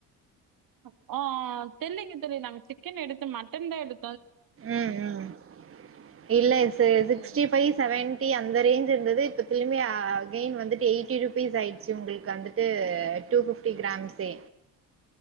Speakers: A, on the right; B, on the right.
A: அ ஆ ஆஹ் தெரிலிங்க தோழி நா சிக்கன் எடுத்தோ மட்டன்தா எடு
B: உம் உம் இல்லக சேர் சிக்ஸ்டி
A: ம்.
B: ஃபைவ் சவன் டி அந்த ரேஞ்ச் இருந்தது இப்ப திழுமி ஆ கைன் வந்துட்டு எயிட்டி ருபீஸ் ஆயிடுச்சு உங்குளுக்கு அந்துட்டு டூ பிப்டி கிராம்சே